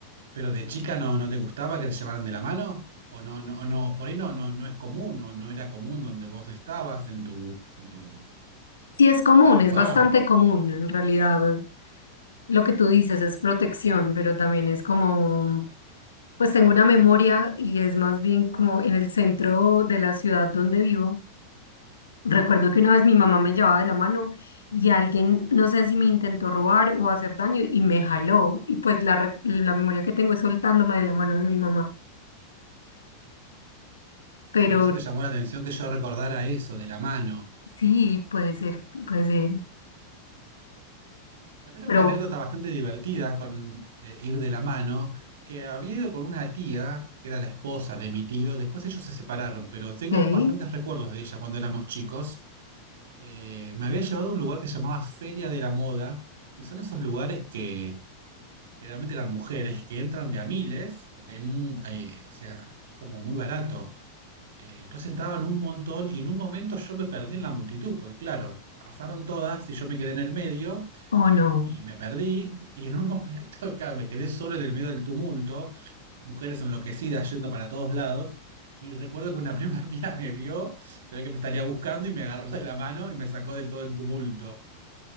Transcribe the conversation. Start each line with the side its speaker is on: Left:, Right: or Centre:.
Right: pero de chica no, no te gustaba que te llevaran de la mano, o no, no, o no, por ahí no, no, no es común, no, no era común donde vos estabas en tu, en tu,
Left: Sí, es común,
Right: en tu lugar.
Left: es bastante común en realidad. Lo que tú dices es protección, pero también es como, pues tengo una memoria y es más bien como en el centro de la ciudad donde vivo. Recuerdo que una vez mi mamá me llevaba de la mano y alguien, no sé si me intentó robar o hacer daño y me jaló. Y pues la, re- la memoria que tengo es soltándome de la mano de mi mamá. Pero
Right: Por eso te llamó la atención que yo recordara eso de la mano.
Left: sí, puede ser, puede ser.
Right: También tengo
Left: Pero,
Right: una anécdota bastante divertida con de ir de la mano, que había ido con una tía, que era la esposa de mi tío, después ellos se separaron, pero tengo
Left: ¿ok?
Right: bastantes recuerdos de ella cuando éramos chicos. Eh, me había llevado a un lugar que se llamaba Feria de la Moda, y son esos lugares que generalmente eran mujeres, que entran de a miles, porque hay, mu- hay- o sea, es como muy barato. eh, entonces entraban un montón y en un momento yo me perdí en la multitud, porque claro, pasaron todas y yo me quedé en el medio
Left: ¿O no?
Right: y me perdí y en un momento <laughs> claro, me quedé solo en el medio del tumulto, mujeres enloquecidas yendo para todos lados. Y recuerdo que una prima <laughs> mía me vio, se ve que me estaría buscando y me agarró de la mano y me sacó del todo el tumulto.